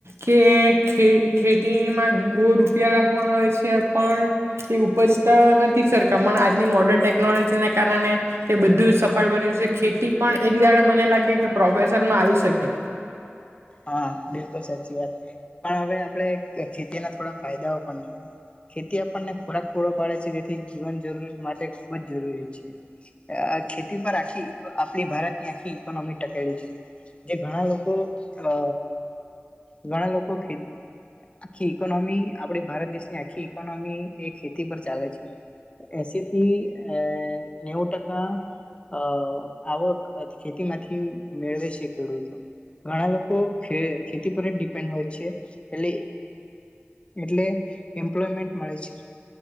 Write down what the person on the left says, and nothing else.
હા બિલકુલ સાચી વાત પણ હવે આપણે ખેતીના થોડા ફાયદાઓ પણ જોએ ખેતી આપણને ખોરાક પૂરો પાડે છે જેથી જીવન જરૂરી માટે ખુબ જ જરૂરી છે ખેતી પર આખી આપણી ભારતની આખી ઈકોનોમી ટકેલી છે જે ઘણા લોકો. અ ઘણા લોકોે આખી ઈકોનોમી આપડી ભારત દેશની આખી ઈકોનોમી એ ખેતી પર ચાલે છે એસી થી અ નેવું ટકા અ આવક ખેતીમાંથી મેળવે છે ખેડૂતો. ઘણા લોકો ખેતી પર જ ડિપેન્ડ હોય છે એટ એટલે એમપ્લોયમેન્ટ મળે છે